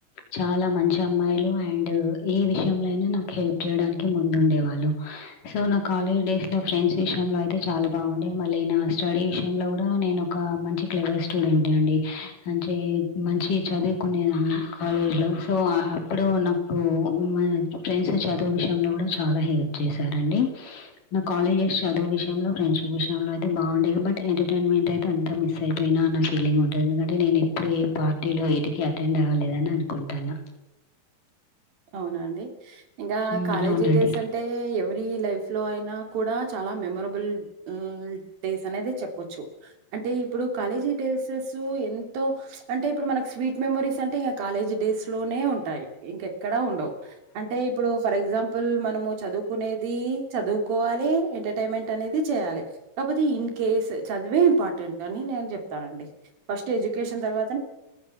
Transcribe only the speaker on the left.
చాల మంచి అమ్మాయిలు అండ్ ఏ విషయంలో అయిన నాకు హెల్ప్ చేయడానికి ముందు ఉండేవాళ్ళు సో న కాలేజ్ డేస్ లో ఫ్రెండ్స్ విషయంలో అయితే చాల బాగుండే మళ్ళీ నా స్టడీ విషయంలో కూడ నేను ఒక మంచి క్లెవర్ స్టూడెంట్ అండి అంటె మంచి చదువుకునే కాలేజ్ లో సో అప్పుడు నాకు ఫ్రెండ్స్ చదువు విషయంలో కూడ చాల హెల్ప్ చేశారండి నాకు కాలేజెస్ చదువు వియంలో ఫ్రెండ్షిప్ మిస్ అవ్వడం అయితే బాగుండేది బట్ ఎంటర్టైన్మెంట్ అయితే అంతా మిస్ అయిపోయిన అన్న ఫీలింగ్ ఉంటుంది ఎందుకంటే నేను ఎప్పుడు ఏ పార్టీలో ఏటికి అటెండ్ అవ్వలేదని అనుకుంటాన్న
హ్మ్.
అవునండి.